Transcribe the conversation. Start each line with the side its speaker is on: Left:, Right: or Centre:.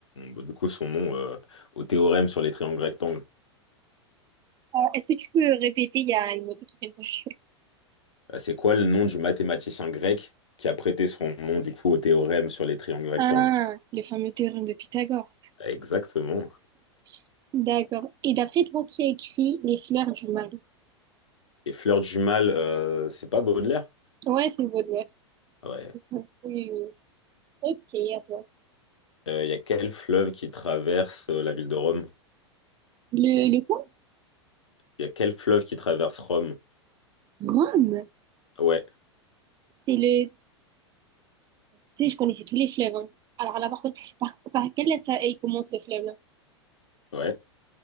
Left: du coup, son nom euh, au théorème sur les triangles rectangles?
Right: Euh, est-ce que tu peux répéter? Il y a une moto qui vient de passer. <laughs>
Left: Euh, C'est quoi le nom du mathématicien grec qui a prêté son nom du coup au théorème sur les triangles rectangles?
Right: Ah, le fameux théorème de Pythagore.
Left: Exactement.
Right: <laughs> D'accord. Et d'après toi, qui a écrit Les fleurs du mal?
Left: Et Fleur du Mal, euh, c'est pas Baudelaire?
Right: Ouais, c'est Baudelaire.
Left: Ah Ouais.
Right: Oui, oui. oui. Ok, à toi.
Left: Euh, Il y a quel fleuve qui traverse euh, la ville de Rome?
Right: Le, le quoi?
Left: Il y a quel fleuve qui traverse Rome?
Right: Rome?
Left: Ah Ouais,
Right: C'est le... Tu sais, je connaissais tous les fleuves. hein. Alors là, par contre, par, par quelle lettre ça, il commence ce fleuve-là?
Left: ouais.